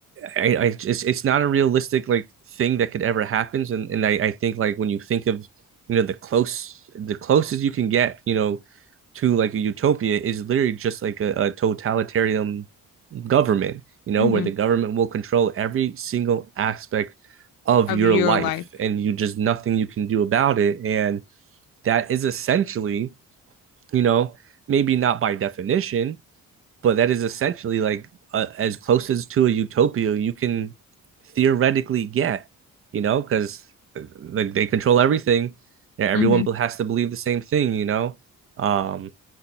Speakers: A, on the right (about 40°); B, on the left (about 80°).
A: I, I it's, it's not a realistic like thing that could ever happen. And, and I, I think like when you think of, you know, the close, the closest you can get, you know, to like a utopia is literally just like a, a totalitarian government, you know,
B: Mm-hmm.
A: where the government will control every single aspect of
B: Of
A: your
B: your
A: life
B: life.
A: and you just nothing you can do about it. And that is essentially, you know, maybe not by definition, but that is essentially like a, as close as to a utopia you can theoretically get, you know, because like they control everything. Yeah, everyone
B: Mm-hmm.
A: has to believe the same thing, you know. Um,